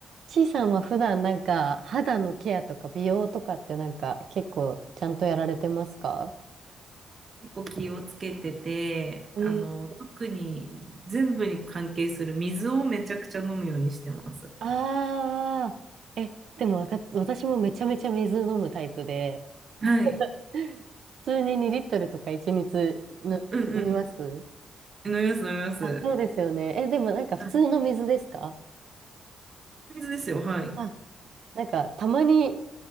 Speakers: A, on the right (about 70°); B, on the right (about 40°).
A: ちいさんは普段なんか肌のケアとか美容とかってなんか結構ちゃんとやられてますか
B: 結構気をつけてて、
A: え
B: あの、特に全部に関係する水をめちゃくちゃ飲むようにしてます。
A: ああー、え、でもわか、私もめちゃめちゃ水飲むタイプで、
B: はい。
A: <laughs> 普通に2リットルとか1日の飲みます。
B: うんうん。飲みます、飲みます。
A: あ、そうですよね。え、でもなんか普通の水ですか
B: はい、水ですよ、はい。
A: あ、なんかたまに、